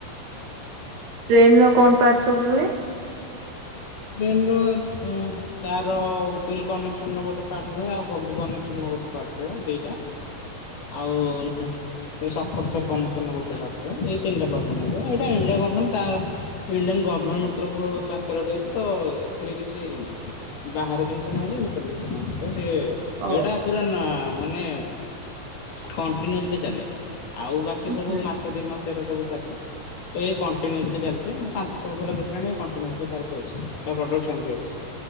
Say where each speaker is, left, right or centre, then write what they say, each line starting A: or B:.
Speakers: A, on the right; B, on the left.
A: ଟ୍ରେନ ର କଣ ପାର୍ଟ ସବୁ ରୁହେ।
B: ଟ୍ରେନ ର ଏଁ। ତାର ହୁଇଲି୍ କନେକ୍ସନ ର ଗୋଟେ ପାର୍ଟ ହୁଏ ଆଉ ବଗି କନେକ୍ସନ ର ଗୋଟେ ପାର୍ଟ ହୁଏ ଦିଟା।
A: ହଁ
B: ଆଉ ଉଁ। ସେ ସକପଚର୍ କନେକସନ୍ ର ଗୋଟେ ପାର୍ଟ ହୁଏ ଏଇ ତିନିଟା ପାର୍ଟ ବନେଇଥାଏ ଏଇଟା ଇଣ୍ଡିଆ ଗମେଣ୍ଟ ତା। ଇଣ୍ଡିଆନ୍ ଗଭରମେଣ୍ଟ ତରଫରୁ ଆକୁରେଟ ହେଇଛି। ତ ଏଥିରେ କିଛି ବାହାର ଜିନିଷ ନାହିଁ କି ଭିତର ଜିନିଷ ନାହିଁ ତ ସେ
A: ଓହୋ
B: ଇଏଟା। ପୁରା ନା ମାନେ କଣ୍ଟିନିଓସଲି ଚାଲେ। ଆଉ ବାକି
A: ହୁଁ
B: ସବୁ
A: ହୁଁ।
B: ମାସେ ଦି ମାସ ଏରା ସବୁ ଚାଲେ। ତ ଏଇ କଣ୍ଟିନିଓସଲି ଚାଲିଛି ମୁଁ ପାଞ୍ଚ ଛ ବର୍ଷ ହେଲା ଦେଖିଲାଣି କଣ୍ଟିନିଓସଲି ତାର ସେ ପ୍ରଡକ୍ଟ ସେମିତି। ଅଛି